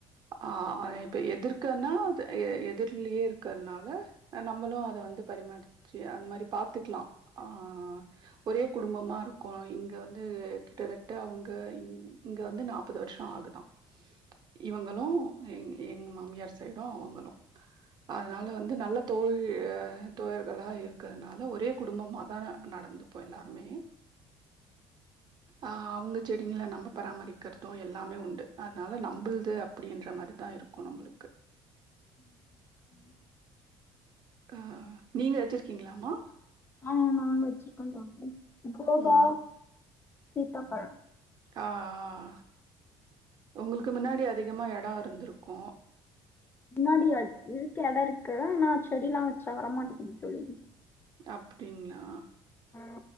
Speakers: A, on the right (about 45°); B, on the left (about 20°).
A: ஆ அத இப்ப எதிர்க்கன்னா அது எ எதுர்லயே இருக்கறனால நம்மளு அத வந்து பரிமாற்றி அந்த மாரி பாத்துக்கலா ஆஹ் ஒரே குடும்பமா இருக்கோ இங்க வந்து கிட்டத்தட்ட அவுங்க இங்க வந்து நா ப்பது வருஷோ ஆகுதா இவங்களும் எ எங்க மாமியார் சைடும் அவுங்களு அதனால
B: ஓகே
A: வந்து நல்ல தோழி தோழர்களா இருக்கறதுனால ஒரே குடும்பமாதா நடந்துப்போ எல்லாருமே ஆ அவுங்க செடிங்கள நம்ம பராமரிக்கறது எல்லாமே உண்டு அதனால நம்புளுது அப்டின்ற மாரி தா இருக்கு கு நம்பளுக்கு
B: <inaudible>
A: அஹ் நீங்க வச்சிருக்கீங்களாம்மா
B: ஆஹ் நாங்க வச்சிருக்கோங்க தோழி கோவா
A: ம்.
B: சீத்தாப்பழம்
A: ஆஹ் உங்களுக்கு முன்னாடி அதிகமா எடோ இருந்திருக்கு
B: முன்னாடி அது இருக்கு எடோ இருக்கு ஆனா செடி எல்லா வச்சா வர மாட்டிக்குது தோழி
A: அப்டிங்களா
B: ஆ